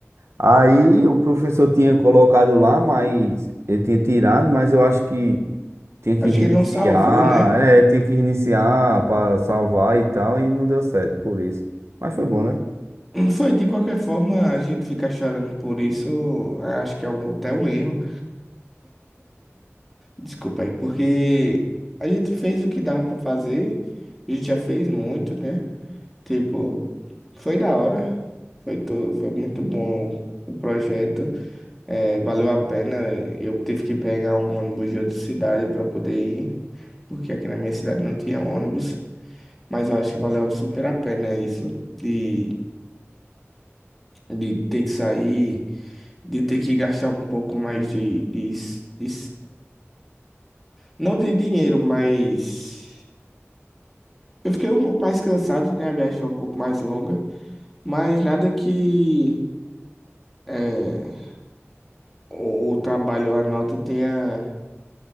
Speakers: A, on the right; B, in the centre.
A: Aí o professor tinha colocado lá, mas ele tinha tirado, mas eu acho que tinha que
B: acho
A: reiniciar,
B: que ele não salvou, né?
A: é, tinha que reiniciar para salvar e tal, e não deu certo por isso. Mas foi bom, né?
B: Não Foi, de qualquer forma, a gente fica chorando por isso, acho que é um, até um erro, desculpa aí, porque a gente fez o que dava pra fazer, a gente já fez muito, né? Tipo, foi da hora, foi, to, foi muito bom o projeto, é, valeu a pena, eu tive que pegar um ônibus de outra cidade pra poder ir, porque aqui na minha cidade não tinha ônibus, mas eu acho que valeu super a pena isso, de, de ter que sair. de ter que gastar um pouco mais de, de, de- não de dinheiro, mas eu fiquei um pouco mais cansado, né? A viagem foi um pouco mais longa, mas nada que é, o, o trabalho, a nota tenha,